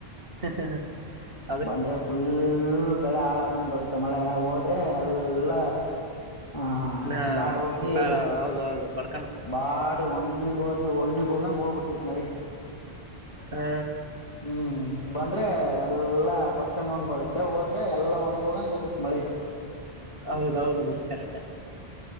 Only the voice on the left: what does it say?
ಬಂದ್ರೆ ಫುಲ್ ಬೆಳೆ ಹಾಳಾಗಂಗ್ ಬರತ್ತ ಮಳೆ ಹೋದ್ರೆ ಎಲ್ಲಾ ಹ
ಬಾಡ ಹೋಗಿ
ಬಾಡಿ ಒಣ್ಣಿಗ್ ಹೋದ್ ಒಣಿಗ್ ಹೋಗಂಗ ಹೋಗ್ಬಿಡ್ತೇತ್ ಮಳಿ
ಹ್ಮ್ ಬಂದ್ರೆ ಎಲ್ಲಾ ಕೊಚ್ಕೊಂಡ ಹಂಗ ಬರುತ್ತ ಹೋದ್ರೆ ಎಲ್ಲಾ ಒಣಿಗ ಹೋಗಂಗ ಹೋಗತ್ ಮಳಿ